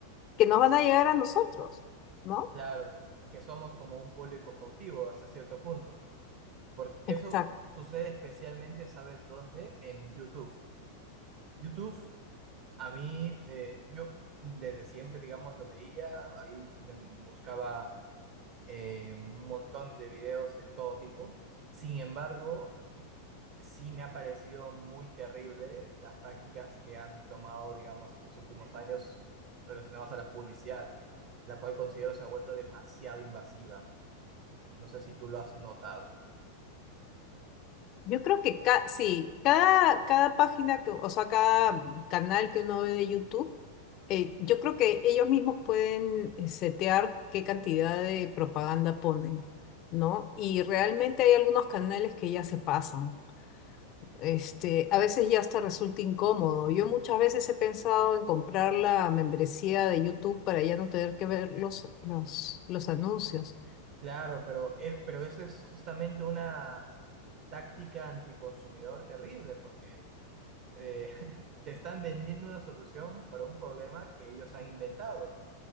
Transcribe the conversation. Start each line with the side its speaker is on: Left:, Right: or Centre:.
Left: que nos van a llegar a nosotros, ¿no?
Right: claro, que somos como un público cautivo hasta cierto punto, porque eso
Left: Exacto.
Right: sucede especialmente, ¿sabes dónde? En YouTube. YouTube, a mí, eh, yo desde siempre, digamos, lo veía, ahí me buscaba eh, un montón de videos de todo tipo. Sin embargo, sí me ha parecido muy terrible las prácticas que han tomado, digamos, estos últimos años relacionados a la publicidad la cual considero se ha vuelto demasiado invasiva. No sé si tú lo has notado.
Left: Yo creo que ca- sí, cada, cada página que, o sea, cada canal que uno ve de YouTube, eh, yo creo que ellos mismos pueden eh, setear qué cantidad de propaganda ponen, ¿no? Y realmente hay algunos canales que ya se pasan. Este, a veces ya hasta resulta incómodo. Yo muchas veces he pensado en comprar la membresía de YouTube para ya no tener que ver los, los, los anuncios.
Right: Claro, pero, es, pero esa es justamente una táctica anticonsumidor terrible, porque eh, <laughs> te están vendiendo una solución para un problema que ellos han inventado.